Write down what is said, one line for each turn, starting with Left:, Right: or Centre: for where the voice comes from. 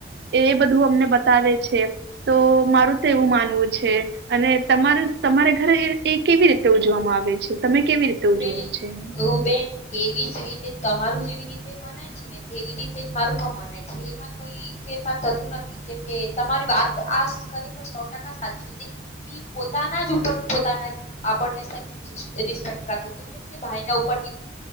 Right: એ બધું અમને બતાવે છે. તો મારું તો એવું માનવું છે. અને તમા તમારા ઘરે એ કેવી રીતે ઉજવામાં આવે છે? તમે કેવી રીતે ઉજવો
Left: બેન
Right: છેને?
Left: બેન એવી જ રીતે તમારું જેવી રીતે મનાય છે. ને તેવી રીતે જ મારું પણ મનાય છે. એમાં કોઈ ફેરફાર થતું નથી. જેમકે તમારી વાત આ ખરેખર સો ટકા સાચી હતી. કે પોતાના પોતાના ઉપરજ સેલરીસફેકટ જોઈએ. જેમ કે ભાઈ ઉપર